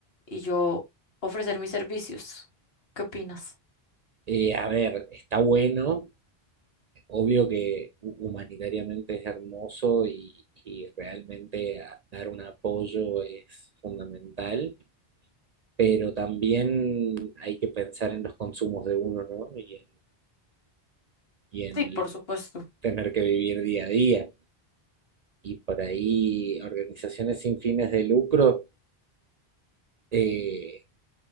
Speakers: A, on the left; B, on the right.
A: y yo ofrecer mis servicios. ¿Qué opinas?
B: Eh, a ver, está bueno, obvio que hu- humanitariamente es hermoso y, y realmente a- dar un apoyo es fundamental, pero también hay que pensar en los consumos de uno, ¿no? Y en, y en
A: Sí,
B: el
A: por supuesto.
B: tener que vivir día a día. Y por ahí organizaciones sin fines de lucro, eh,